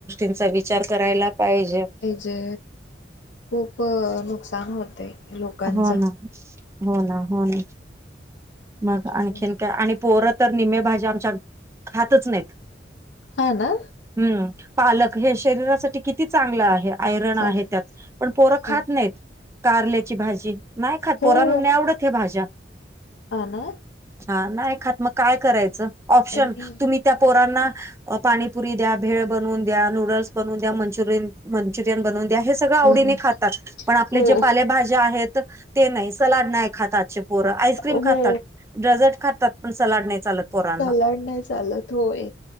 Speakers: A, on the right; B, on the left.
A: ंचा विचार करायला पाहिजे
B: जे खूप नुकसान होते लोकांच
A: हो ना हो ना हो ना
B: त्याच्यामुळे
A: मग आणखीन काय आणि पोरं तर निम्मे भाजी आमच्या खातच नाहीत
B: हा ना
A: हम्म पालक हे शरीरासाठी किती चांगला आहे आयरण
B: चालेल
A: आहे त्यात पण पोरं खात
B: हो
A: नाहीत कारल्याची भाजी नाही खात
B: हो
A: पोरना नाही आवडत हे भाज्या
B: हा ना
A: हा नाही खात मग काय करायचं ऑप्शन
B: आणि
A: तुम्ही. त्या पोरांना पाणीपुरी द्या भेळ बनवून द्या नूडल्स बनून द्या मंचुरियन. मंचुरियन बनवून द्या हे सगळं आवडीने
B: बरं
A: खातात पण आपले
B: हो
A: जे पालेभज्या आहेत. ते नाही सलाड नाही खाताते पोरं आईस्क्रीम
B: हो
A: खातात डेझर्ट खातात पण सलाड नाही चालत. पोरांना
B: सलाड नाही चालत होय.